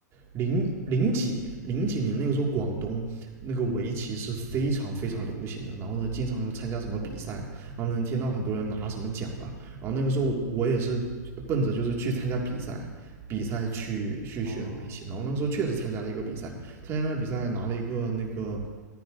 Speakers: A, on the right (about 25°); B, on the right (about 65°).
A: 零零几年，零几年那个时候广东那个围棋是非常非常流行的，
B: 嗯嗯，
A: 然后呢，经常有参加什么比赛啊，然后能听到很多人拿什么奖啊，然后那个时候我也是奔着就是去参加比赛，比赛去去学的围棋，
B: 哦，
A: 然后那个时候确实参加了一个比赛，参加那个比赛拿了一个那个